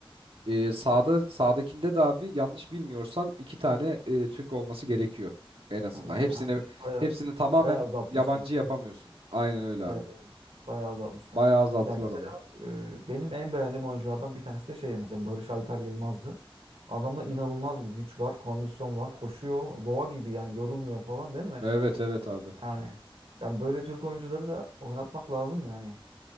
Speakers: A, on the right (about 75°); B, on the right (about 90°).
A: Ee, sağda sağdakinde de abi yanlış bilmiyorsam iki tane e, Türk olması gerekiyor en azından.
B: Ha, iki
A: Hepsini
B: tane Türk. Baya,
A: hepsini tamamen
B: baya azaltmışlar.
A: yabancı yapamıyorsun. Aynen öyle
B: Evet,
A: abi.
B: evet. Bayağı azaltmışlar.
A: Bayağı azalttılar
B: Ya mesela
A: onu.
B: e, benim en beğendiğim oyunculardan bir tanesi de şey mesela Barış Alper Yılmaz'dı. Adamda inanılmaz bir güç var, kondisyon var, koşuyor, boğa gibi yani yorulmuyor falan değil mi?
A: Evet evet abi.
B: Yani yani böyle Türk oyuncuları da oynatmak lazım yani.